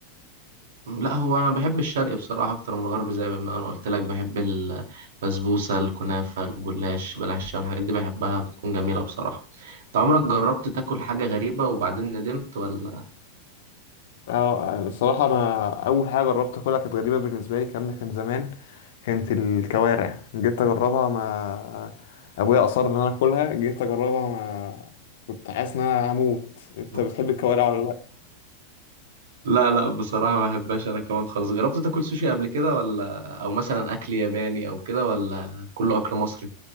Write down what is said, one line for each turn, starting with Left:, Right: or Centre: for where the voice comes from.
Right: لا هو انا بحب الشرقي بصراحة اكتر من الغربي زي ما انا قلت لك بحب البسبوسة الكنافة الجلاش بلح الشام الحاجات دي بحبها بتكون جميلة بصراحة انت عمرك جربت تاكل حاجة غريبة وبعدين ندمت ولا
Left: اه الصراحة أنا أول حاجة جربت أكلها كانت غريبة بالنسبة لي الكلام ده كان زمان كانت الكوارع جيت أجربها ما أبويا أصر إن أنا أكلها جيت أجربها ما كنت حاسس إن أنا هموت أنت
Right: لا
Left: بتحب الكوارع ولا لأ؟
Right: لا لا بصراحة ما بحبهاش أنا كمان خالص جربت تاكل سوشي قبل كده ولا أو مثلا أكل ياباني أو كده ولا كله أكل مصري